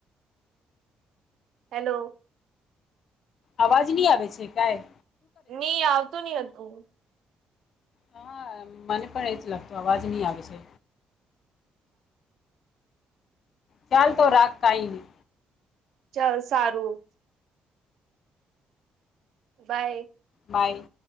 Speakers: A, on the right (about 70°); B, on the left (about 60°).
A: હેલો.
B: અવાજ નહી આવે છે, કાઈ
A: ની આવતું ની હતું
B: હા મને પણ એ જ લાગતો અવાજ ની આવે છે. ચાલ તો રાખ કાઈની
A: ચાલ સારું. બાય.
B: બાય.